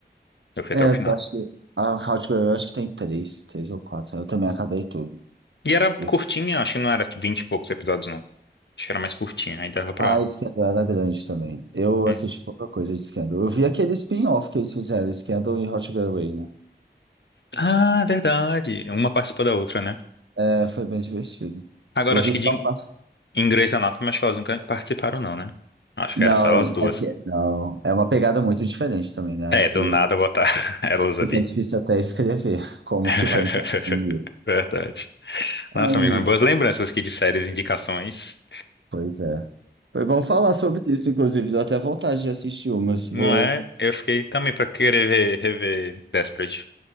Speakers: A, on the left; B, on the right.
A: Eu fui
B: É,
A: até o final.
B: eu acho que a Hardcore, eu acho que tem três, três ou quatro. Eu também acabei tudo.
A: E era
B: Eu-
A: curtinha, acho que não era vinte e poucos episódios, não. Acho que era mais curtinha, aí dava pra.
B: Ah, Scandal era grande também. Eu
A: Hum.
B: assisti pouca coisa de Scandal. Eu vi aquele spin-off que eles fizeram, Scandal e Hot Girl Way, né?
A: Ah, verdade. Uma participa da outra, né?
B: É, foi bem divertido.
A: Agora
B: Eu
A: acho
B: vi
A: que
B: só
A: de
B: a parte.
A: em Grey's Anatomy, acho que elas nunca participaram, não, né? Acho
B: Não,
A: que era só elas duas.
B: é porque, não, é uma pegada muito diferente também, né? Acho
A: É, do
B: que
A: nada botar <laughs> elas
B: fica
A: ali.
B: difícil até escrever <laughs> como
A: <laughs>
B: que vai encaixar um livro.
A: Verdade.
B: Ah,
A: Nossa,
B: amigo,
A: amigo, mas boas lembranças aqui de séries, indicações.
B: pois é. Foi bom falar sobre isso, inclusive, deu até vontade de assistir umas. Vou
A: Não é? Eu fiquei também pra querer ver, rever Desperate.